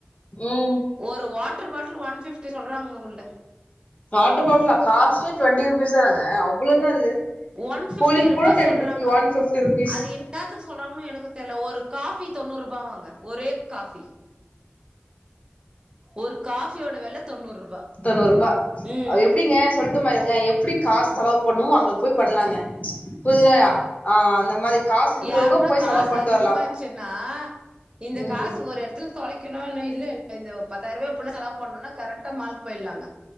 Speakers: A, on the left; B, on the right.
A: ம்
B: ஒரு வாட்டர் பாட்டில் ஒன் ஃபிப்டி சொல்றாங்க உள்ள
A: வாட்டர் பாட்லா காஸ்ட்டே டுவெண்ட்டி ருபீஸ் தானங்க அவ்ளோ என்ன அது
B: ஒன் ஃபிப்டி
A: கூலிங்
B: ருபீஸ்
A: கூட டென்
B: சொல்றாங்க
A: ருபி ஒன் ஃபிப்டி ருபீஸ்
B: அது என் னாதுக்கு சொல்றாங்கனு எனக்கு தெர்ல ஒரு காஃபி தொண்ணூறு ரூபா வாங்க ஒரே காஃபி ஒரு காஃபியோட வெல தொண்ணூறு ரூபா
A: தொண்ணூறு ரூபா
B: ம்
A: எப்டிங்க சொல்ட்டுபாருங்க எப்டி காசு செலவு பண்ணுமோ அங்க போய் பண்லாங்க புரிதாயில்லையா அ அந்த மாரி காசு இருக்கிறவங்க
B: யாருக்குனா
A: போய்
B: காசு
A: செலவு பண்ட்டு
B: அதிகமா
A: வரலா
B: இருந்ச்சுனா இந்த
A: ம்
B: காசு ஒரு எடத் துல தொலைக்கணுனு இல்லேல இந்த பத்தாயிர் ரூபாவ செலவு பண்ணும்னா கரெக்டா மால்க்கு போயிட்லாங்க